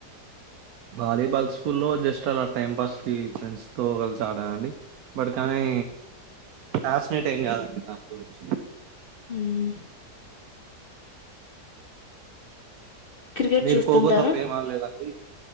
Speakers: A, on the right; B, on the left.
A: వాలీబాల్ స్కూల్లో జస్ట్ అలా టైం పాస్కి ఫ్రెండ్స్ తో కలిసి ఆడానండి బట్ కానీ ఫ్యాషనేట్ ఏం కాదండి దాని గురించి
B: హ్మ్మ్ క్రికెట్
A: మీరు
B: చూస్తుంటారా
A: ఖోఖో తప్ప ఏం ఆడలేదండి